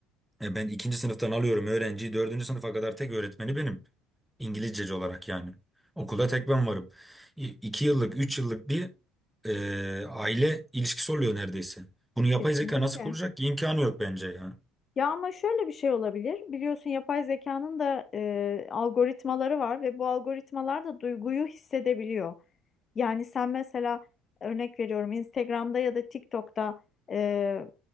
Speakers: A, in the centre; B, on the left (about 35°).
A: e ben ikinci sınıftan alıyorum öğrenciyi. Dördüncü sınıfa kadar tek öğretmeni benim. İngilizceci olarak yani. Okulda tek ben varım. İ- İki yıllık, üç yıllık bir e, aile ilişkisi oluyor neredeyse. Bunu yapay
B: kesinlikle.
A: zeka nasıl kuracak ki? İmkanı yok bence ya.
B: Ya ama şöyle bir şey olabilir. Biliyorsun yapay zekanın da e, algoritmaları var ve bu algoritmalar da duyguyu hissedebiliyor. Yani sen mesela örnek veriyorum Instagram'da ya da TikTok'ta e,